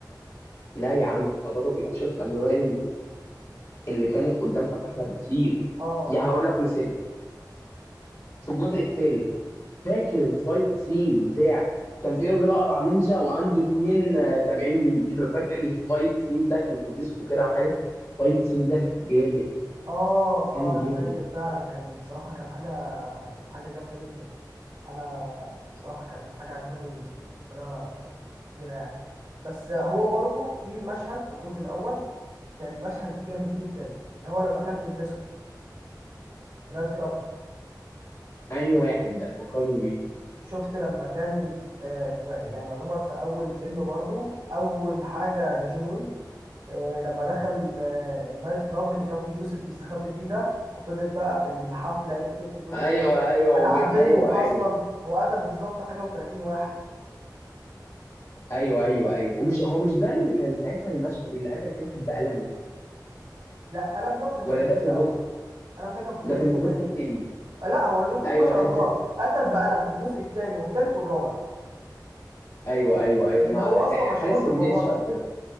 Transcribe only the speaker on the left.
لا يا عم تدرج الاكشن في الاجزاء اللي كانت قدام كان احلى بكتير
يعني
هقول لك مثال في الجزء الثالث فاكر الفايت سين بتاع كان في راجل اقرع نينجا وعنده اتنين آه، تابعين ليه <laughs> فاكر الفايت سين ده كان في ديسكو كده وحاجه الفايت سين ده كان جامد
كان
جامد
انهي واحد ده فكرني بيه
ايوه
ايوه
وجا...
ايوه
ايوه
ايوه ايوه ايوه ومش هو مش ده اللي كان ساعتها المشهد اللي قتل فيه واحد بقلم
ولا
ده في
الجزء
ده كان
في الجزء التاني
ايوه
كان
في
ايوه ايوه ايوه
ما
كان حاجه
سيجنتشر
كده